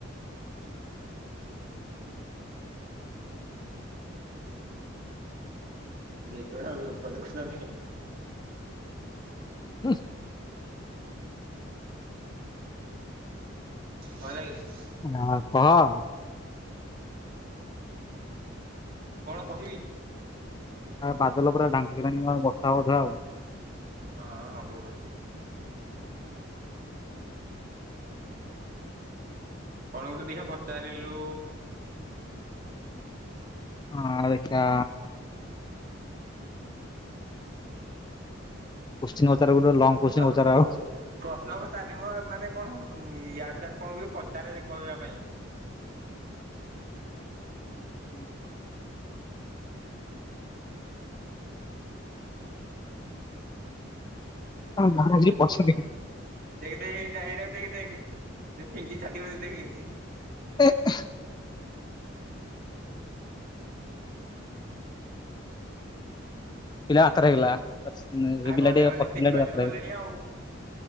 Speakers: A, on the right; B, on the left.
A: ଦେଖିବା ଲୋକ ଦେଖୁଛନ୍ତି।
B: ହୁଁ <unintelligible>
A: କଣ ହେଲା କିରେ?
B: ଆ କଅହ?
A: କଣ କହିବି?
B: ଆ ବାଦଲ ପୁରା ଢାଙ୍କିଲାଣି ବର୍ଷ ହେବ ବୋଧେ ଆଉ।
A: ହଁ ହବ ବୋଲି। କଣ ଗୋଟେ ଦେଖା ପଚାରିଲୁ।
B: ହଁ ଦେଖା। <unintelligible> ଗୋଟେ ଲଙ୍ଗ କୋଶ୍ଚିନ୍
A: ହଁ
B: ପଚାର ଆଉ।
A: କହୁଛ <unintelligible> ପ୍ରଶ୍ନ ପଚାରନି ମ ମାନେ କଣ ୟାଡ ସିଆଡେ କଣ ହୁଏ ପଚାରେ କହିବା ପାଇଁ।
B: ହୁଁ <unintelligible>
A: ହ
B: ହଁ ଘ ଆଜି ବସା ଲେଖିଛି <unintelligible>
A: ଦେଖି ଦେ ସେଇଟା ଏଇଟାକୁ ଦେଖି ଦେଖି ଫିଙ୍କି ଛାଟି ବଛି ଦେଖିମିତି <unintelligible>
B: ହ <unintelligible> ପିଲା ବାତେରା ହେଇଗଲା
A: ଆ ଗଲେ
B: ପିଲା ଟ
A: ଗଲେ
B: ପଛ
A: ତିନି
B: ପିଲା
A: ପାଞ୍ଚରୁ
B: ବାତେରା
A: ଗଲେଣି
B: ହେଇଗଲା।
A: ଆଉ